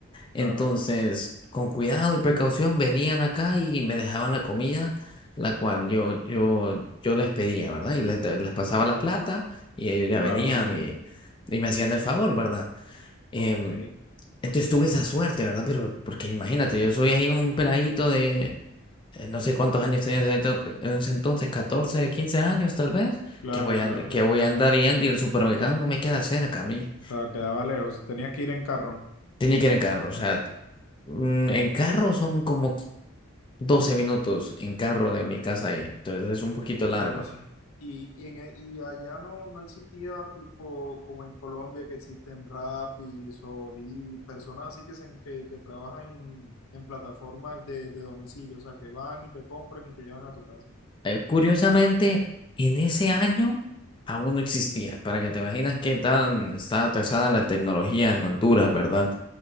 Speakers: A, on the left (about 25°); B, on the left (about 85°).
A: Entonces,
B: claro,
A: con cuidado y precaución, venían acá y me dejaban la comida, la cual yo, yo, yo les pedía, ¿verdad? Y les, les pasaba la plata y ellos ya
B: claro,
A: venían
B: claro.
A: y, y me hacían el favor, ¿verdad? Em,
B: Ok,
A: entonces tuve esa suerte, ¿verdad? Pero porque imagínate, yo soy ahí un peladito de eh, no sé cuántos años tenía en ese ento- en ese entonces, 14 15 años tal vez,
B: claro,
A: que voy a,
B: claro.
A: and- que voy a andar yendo y el supermercado no me queda cerca a mí.
B: Claro, quedaba lejos. Tenías que ir en carro.
A: Tenía que ir en carro, o sea, mm, en carro son como 12 minutos en carro de
B: Claro.
A: mi casa ahí, entonces es un poquito largo.
B: Claro, sí. Y, y, en, e, y allá no, no existía tipo como en Colombia que existen Rapis o Didi, personas así que, se, que, que trabajan en, en plataformas de, de domicilio, o sea, que van y te compran y te llevan a tu casa.
A: Eh, curiosamente, en ese año aún no existía, para que te imaginas qué tan está atrasada la tecnología en Honduras, ¿verdad?